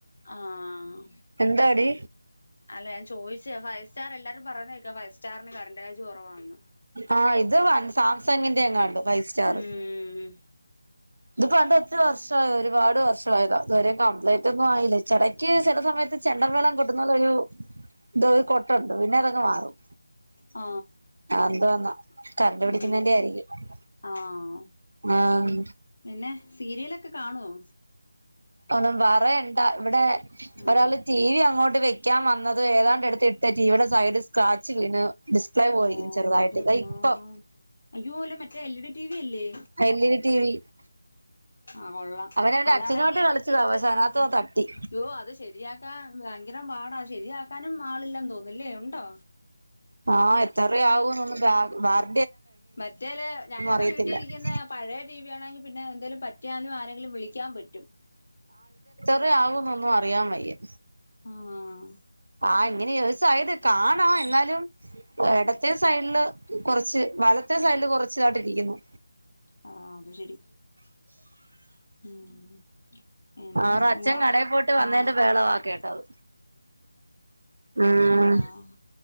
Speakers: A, on the left; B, on the right.
A: ആഹ്
B: എന്തടി
A: അല്ല ഞാൻ ചോദിച്ചേ ഫൈവ് സ്റ്റർ എല്ലാരും പറഞ്ഞ കേക്കാ ഫൈവ് സ്റ്റാറിന് കറണ്ട് ചാർജ് കുറവാണ്ന്ന്
B: ആഹ് ഇത് വ സാംസങ്ങിന്റെ എങ്ങാണ്ട് ഫൈവ് സ്റ്റാർ
A: ഉം
B: ഇത്ണ്ട് ഒത്തിരി വർഷ ആയി ഒരുപാട് വർഷമായതാ ഇ കംപ്ലൈന്റ് ഒന്നും ആയില്ലേ ചടക്ക് ചില സമയത്ത് ചെണ്ടമേളം കോട്ടുന്ന ഒരു ഇത കൊട്ടുണ്ട് പിന്നെ അതങ്ങ് മാറും
A: ആഹ്
B: എന്ത വന്നാ കറണ്ട് പിടിക്കുന്നന്റെ
A: ഉം
B: ആയിരിക്കും
A: ആഹ്
B: ആഹ്
A: പിന്നെ സീരിയലൊക്കെ കാണുവോ
B: ഒന്നും പറയണ്ടാ ഇവിടെ
A: ആഹ്
B: ഒരാള് ടി വി അങ്ങോട്ട് ത് വെക്കാൻ വന്നത് ഏതാണ്ട് എട്ത്ത് ഇട്ട് ടീവിടെ സൈഡ് സ്ക്രാച്ച് വീണ് ഡിസ്പ്ലേ പോയി
A: ഓഹ്
B: ചെർതായ്ട്ട്
A: എന്റമ്മോ
B: ഇതാ ഇപ്പം
A: അയ്യോ അല്ല മറ്റേ L E D T V അല്ലേ
B: എല്ലീഡി ടീവി
A: ആഹ് കൊള്ളാം
B: അവന്റെ
A: അതാണെങ്കി
B: അച്ഛനുമായിട്ട് കളിച്ചതാ പക്ഷെ അതിനകത്ത് തട്ടി
A: യ്യോ അത് ശെരിയാക്കാ ഭയങ്കരം പാടാ ശരിയാക്കാനും ആളില്ലെന്ന് തോന്നുന്ന് ല്ലേ ഉണ്ടോ
B: ആഹ് എതറെ ആകുന്നൊന്നും ബാ ബാർ
A: മറ്റേലെ ഞങ്ങടെ
B: അറിയത്തില്ല
A: വീട്ടിരിക്ക്ന്നെ പഴേ ടീവ്യാണെങ്കി പിന്നെ എന്തേലും പറ്റ്യാലും ആരെയെങ്കിലും വിളിക്ക്യാം പറ്റും
B: ത്രെ ആകൂന്നൊന്നും അറിയാം വയ്യാ
A: ആഹ്
B: ആഹ് ഇങ്ങനെ ഒര് സൈസ് കാണാ എന്നാലും എടത്തേ സൈഡ്ല് കൊറച്ച് വലത്തെ സൈഡ്ല് കൊറച്ച്തായ്ട്ട് ഇരിക്ക്യുന്നു
A: ആഹ് അത്ശെരി ഉം പിന്നെ
B: അവറെ അച്ഛൻ
A: എന്താ
B: കടയിൽ പോയിട്ട് വന്നതിന്റെ
A: ആഹ്
B: ബഹളവാ കേട്ടത് ഉം
A: ആഹ്